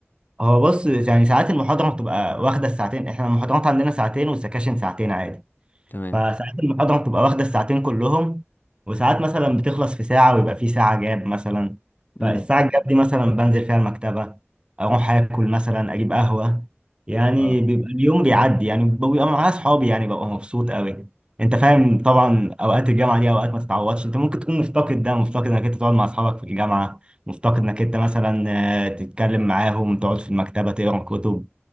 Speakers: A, on the right; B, on the left.
A: هو بص يعني ساعات المحاضرة بتبقى واخدة الساعتين احنا المحاضرات عندنا ساعتين والسكاشن ساعتين عادي
B: تمام
A: فساعات المحاضرة بتبقى واخدة الساعتين كلهم وساعات مثلا بتخلص في ساعة ويبقى في ساعة جاب مثلا
B: امم
A: فالساعة الجاب دي مثلا بنزل فيها المكتبة أروح آكل مثلا أجيب قهوة يعني
B: اه
A: بيبقى اليوم بيعدي يعني بيبقى معايا أصحابي يعني ببقى مبسوط أوي أنت فاهم طبعا أوقات الجامعة دي أوقات ما تتعوضش أنت ممكن تكون مفتقد ده مفتقد إنك أنت تقعد مع أصحابك في الجامعة مفتقد إنك أنت مثلا آه، تتكلم معاهم تقعد في المكتبة تقرا كتب